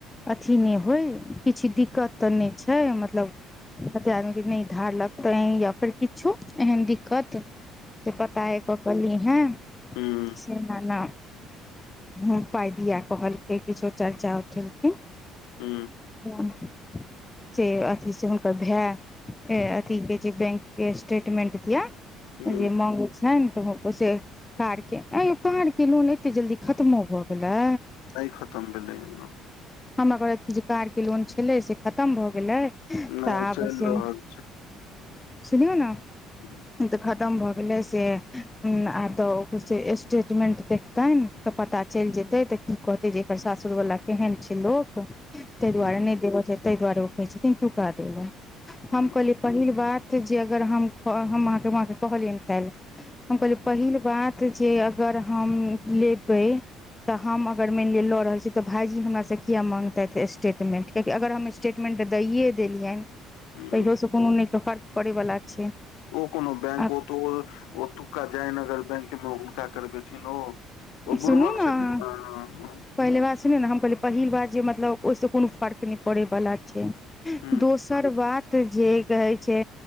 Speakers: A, on the left (about 15°); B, on the left (about 65°).
A: अथी नहि होय किछु दिक्कत तऽ नहि छै मतलब मतलब कते आदमीे नहि धार लक तऽ या फेर किछो एहन दिक्कत से पताए क क लिहै <unintelligible>
B: हूँ
A: से ना ना उ पाय दिय कहलकै किछु चर्चा उठेलखिन
B: हुं
A: हँ से अथी से हुनकर भाय ए अथी के जे बैंक के स्टेटमेंट दियो
B: हुं
A: जे मंगो छै <unintelligible> ने तऽ से कार के आ यै कार के लोन एते जल्दी खत्मो भए गेलै
B: आय खतम भेलै या
A: हमर करै छि जे कार के लोन छलै से खतम भऽ गेलैय त
B: नहि
A: आब
B: चलि
A: से
B: रहल
A: सुनियौ ने
B: हँ
A: तऽ खतम भऽ गेलै से आब तऽ ओफिस से स्टेटमेंट देखतैन तऽ पता चेल जेतै तऽ की कहतै जे एकर सासुर वला केहन छै लोग ताहि
B: हुं
A: दुआरे नय देबऽ छै तऽ दुआरे ओ कहै छथिन चूका देब हम
B: हुं
A: हम
B: हुं
A: कहलिय पहिल बात जे अगर हम हम अहाँके व कहलियनि खयले हम कहलिय पहिल बात तऽ जे अगर हम लेबै तऽ हम अगर मैन लिअ लऽ रहल छी तऽ भाईजी हमरासे किया माँगतै स्टेटमेंट कियाकि अगर हम स्टेटमेन्ट दैए देलियनि
B: हूँ
A: तहियो से कोनो नय फर्क परै वला छै
B: ओ कोनो बैंक
A: आ
B: ओ तऽ ओते ओतुका जयनगर बैंक मे हुनका करबेथिन ओ ओ बुर्बक
A: सुनू ने
B: क्षेत्र
A: अहाँ
B: <unintelligible>
A: पहिले बात सुनियौ ने हम कहलियै पहिल बात जे मतलब ओहिसे कोनो फर्क नहि पड़य वाला छै
B: हँ
A: दोसर दोहर बात जे कहे छै